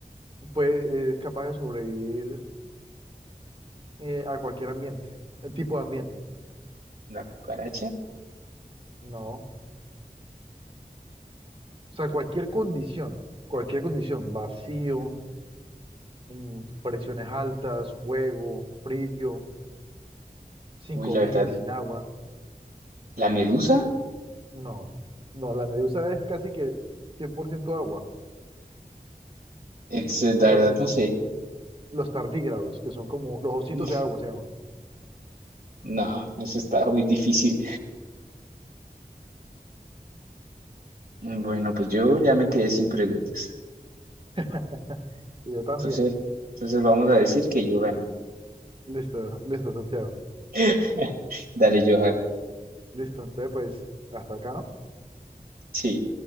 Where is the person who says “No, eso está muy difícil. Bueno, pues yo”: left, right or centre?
Right